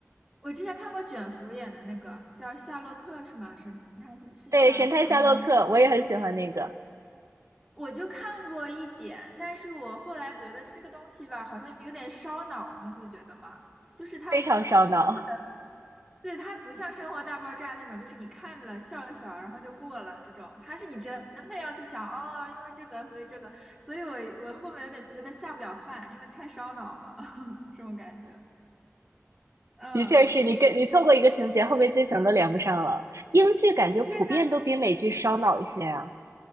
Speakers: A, in the centre; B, on the right (about 80°).
A: 我之前看过卷福演的那个叫《夏洛特》是吗？神探是叫嗯、
B: 对，《神探夏洛克》我也很喜欢那个，
A: 我就看过一点，但是我后来觉得这个东西吧，好像有点烧脑，你会觉得吗？就是它不能，
B: 非常烧脑。
A: 对，它不像《生活大爆炸》那种，就是你看了笑一笑，然后就过了这种，它是你真的要去想，哦，因为这个，所以这个，所以我我后面有点觉得下不了饭，因为太烧脑了，<laughs> 这种感觉。嗯，
B: 的确是你跟你错过一个情节，后面剧情都连不上了。英剧感觉普遍都比美剧烧脑一些啊。
A: 对啊，